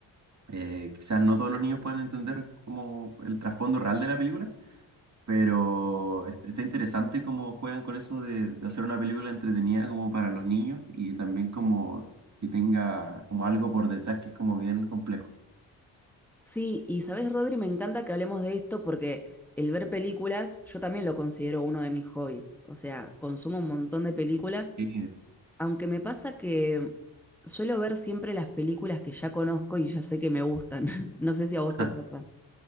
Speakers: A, on the right; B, in the centre.
A: eh, quizás no todos los niños puedan entender como el trasfondo real de la película, pero es- está interesante cómo juegan con eso de, de hacer una película entretenida como para los niños y también como que tenga como algo por detrás que es como bien complejo.
B: Sí, y sabes, Rodri, me encanta que hablemos de esto porque el ver películas, yo también lo considero uno de mis hobbies. O sea, consumo un montón de películas,
A: Sí,
B: aunque me pasa que suelo ver siempre las películas que ya conozco y ya sé que me gustan. <laughs> No sé si a
A: <laughs>
B: vos te pasa.